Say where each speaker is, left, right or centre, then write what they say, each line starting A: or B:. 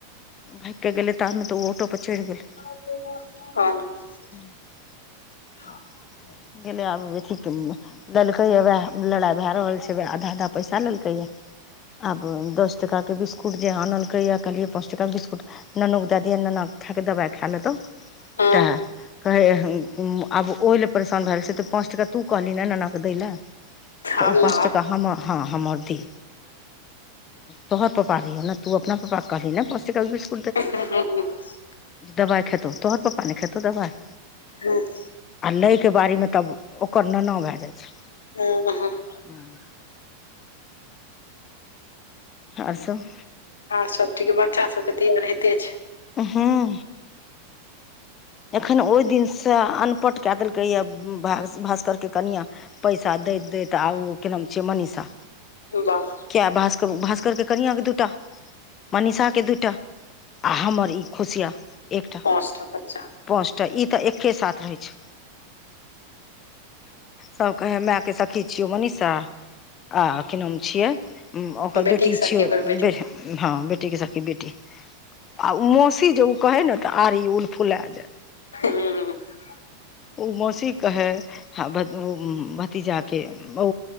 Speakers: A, on the left; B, on the left.
A: भाइग के गेलै, ता मे त ओ ऑटो पर चढ़ि गेलै।
B: <unintelligible>
A: <inaudible>
B: <unintelligible>
A: गेलै आब <unintelligible> देलकै या वएह, लड़ाइ भए रहल छै, वैह आधा-आधा पैसा लेलकैए। आब दस टका के बिस्कुट जे आनलकै या कहलियै पां चोंटा बिस्कुट ननो क दए दिहैन, नना खैकऽ दवाइ खा लेतौ। तऽ
B: हँ,
A: कहै। आब ओहि लए परेशान भैल छै, त पाँच टका तू कहलही ने ननाके दैलए। तऽ
B: आबला
A: उ पाँच टका हम हँ हमर आऔर दी, तोहर पापा रहियौ न तू अपना पप्पा के कहलही ने पांच <unintelligible>
B: <unintelligible>
A: दवाई खेतो, तोहर पप्पा नहि खेतौ दबाई।
B: यौ बैए
A: और लैके बारीमे तब ओकर ननौ भए जाइ छै।
B: <unintelligible>
A: हूं आर सब।
B: आर सब ठीक, बच्चा सबके तैयार होइते छै।
A: हूं एखन ओहि दिनसँ अनपट कए देलकै यए, भा भास्करके कनियां पैसा दैत-दैत आ ओ के नाम छियै मनीषा।
B: बाह।
A: किया भास्कर-भास्कर के कनिया के दूटा, मनीषा के दूइटा। आ हमर ई खुशियाँ एकटा।
B: ऑस्ठा पद। च्छा
A: पाँचटा ई तऽ एक्के साथ रहै छै। सब कहै मैंऽ के सखी छियौ मनीषा आ की नाम छियै, ओकर
B: बेटीके
A: बेटी
B: सखी
A: छियौ
B: ओकर बेटी
A: बेटा हँ बेटी के सखी बेटी, आ मौसी जे उ कहै ने तऽ आर ‌इ उल फुलै जाय।
B: <unintelligible>
A: उ मौसी कहै हं ओ भतीजाक के ओ